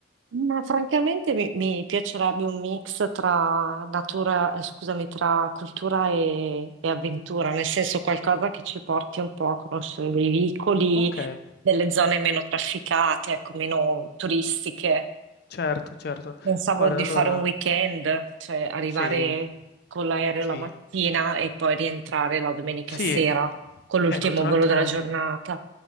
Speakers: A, on the right; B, on the left.
A: Ma francamente mi, mi piacerebbe un mix tra natura, eh, scusami, tra cultura e, e avventura, nel senso qualcosa che ci porti un po' a conoscere dei vicoli,
B: Okay.
A: delle zone meno trafficate, ecco, meno turistiche.
B: Certo, certo.
A: Pensavo
B: Guarda
A: di
B: allora
A: fare un weekend, cioè arrivare
B: Sì.
A: con l'aereo
B: Sì.
A: la mattina e poi rientrare la domenica
B: Sì.
A: sera con l'ultimo
B: Ecco, tra
A: volo
B: l'altro
A: della giornata.